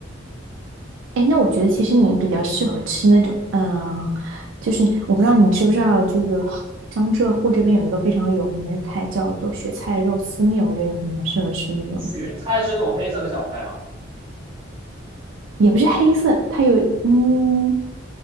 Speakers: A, on the right (about 75°); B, on the right (about 30°).
A: 哎，那我觉得其实你比较适合吃那种，嗯，就是我不知道你知不知道，就是江浙沪这边有一个非常有名的菜叫做雪菜肉丝面，我觉得你还蛮适合吃这种，
B: 雪菜是那种黑色的小菜嘛？
A: 也不是黑色，它有嗯，